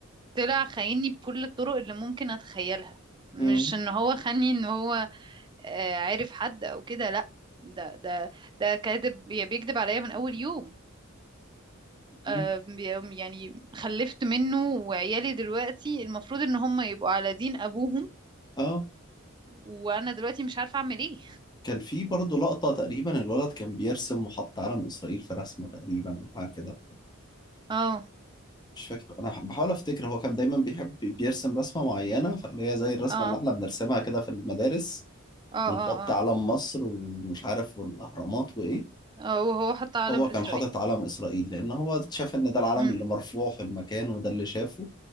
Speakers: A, on the right; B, on the left.
A: طلع خايني بكل الطرق اللي ممكن اتخيلها مش
B: مم.
A: ان هو خاني ان هو آه، عارف حد او كده لا ده ده ده كاذب يعني بيكذب عليا من اول يوم
B: مم.
A: آه، بي- يعني خلفت منه وعيالي دلوقتي المفروض ان هم يبقوا على دين ابوهم
B: آه
A: وانا دلوقتي مش عارفة اعمل ايه
B: كان في برضه لقطة تقريبا الولد كان بيرسم وحط علم إسرائيل في رسمة تقريبا أو حاجة كده
A: اه
B: مش فاكر أنا بحاول أفتكر هو كان دايما بيحب بيرسم رسمة معينة فاللي هي زي الرسمة
A: اه
B: اللي إحنا بنرسمها كده في المدارس
A: اه
B: ونحط
A: اه
B: علم
A: اه
B: مصر ومش عارف والأهرامات وإيه
A: اه وهو حط علم
B: هو
A: اسرائيل
B: كان حاطط علم إسرائيل لأن هو شاف إن ده العلم
A: امم
B: اللي مرفوع في المكان وده اللي شافه